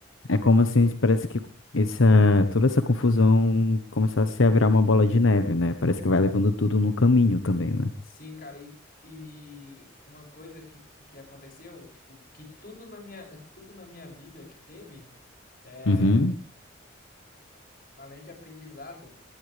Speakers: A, on the left; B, on the left.
A: é como assim, parece que essa, toda essa confusão começasse a virar uma bola de neve, né? Parece que vai levando tudo no caminho também, né?
B: Sim, cara, e, e uma coisa que, que aconteceu, tipo, que tudo na minha, tudo na minha vida que teve, é,
A: Uhum.
B: além de aprendizado,